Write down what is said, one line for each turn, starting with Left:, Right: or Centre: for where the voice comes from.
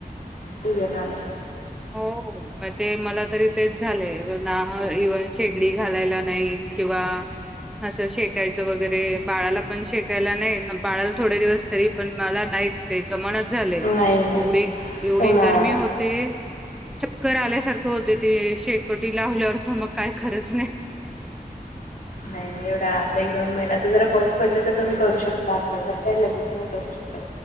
Left: सिजन आलाय
Centre: हो ते मला तरी तेच झालेय ना. इव्हन शेगडी घालायला नाही किंवा असं शेकायचं वगैरे बाळाला पण शेकायला नाही. बाळाला थोडे दिवस तरी पण मला नाहीच तेच जमनाच झालंय
Left: नाही होत
Centre: एवढी एवढी
Left: उन्हाळा
Centre: गर्मी होते चक्कर आल्यासारखं होतंय ते शेकोटीला लावल्यावरथ मग काय खरच नाही
Left: नाही नाही एवढा आता एक-दोन महिन्या आताजरा पाऊस पडलं तर तुम्ही करू शकता. आता तर काही लगेच नाही करू शकत.